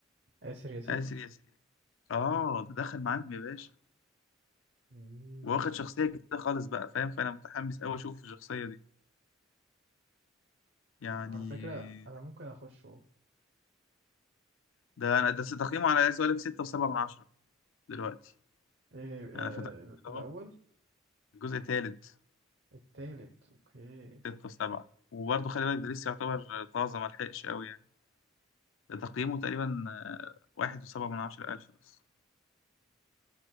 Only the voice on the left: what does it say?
آسر ياسين اه ده دخل معاهم يا باشا
واخد شخصية جديدة خالص بقى فاهم فأنا متحمس أوي أشوف الشخصية دي يعني
ده أنا ده تقييمه على عايز أقول لك ستة وسبعة من عشرة دلوقتي
أنا فتحت كده
أهو الجزء التالت
ستة وسبعة وبرضه خلي بالك ده لسه يعتبر طازة ملحقش أوي يعني ده تقييمه
تقريبا آه، واحد وسبعة من عشرة ألف بس